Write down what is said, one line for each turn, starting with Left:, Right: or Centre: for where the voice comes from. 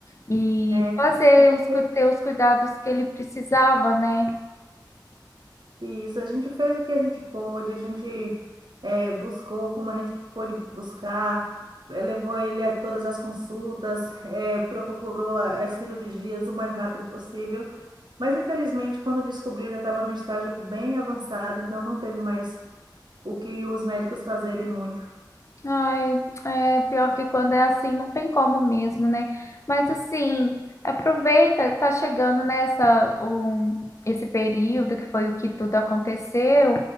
Left: e
Right: é, a
Left: fazer
Right: gente
Left: os, cu- ter os cuidados que ele precisava, né?
Right: Isso, a gente fez o que a gente pôde, a gente eh, buscou como a gente pôde buscar, eh, levou ele a todas as consultas, eh, procurou a- as cirurgias o mais rápido possível, mas infelizmente, quando descobriu, já estava num estágio bem avançado, então não teve mais o que os médicos fazerem muito.
Left: Ai, é pior que quando é assim, não tem como mesmo, né? Mas assim, aproveita, tá chegando nessa o esse período que foi o que tudo aconteceu,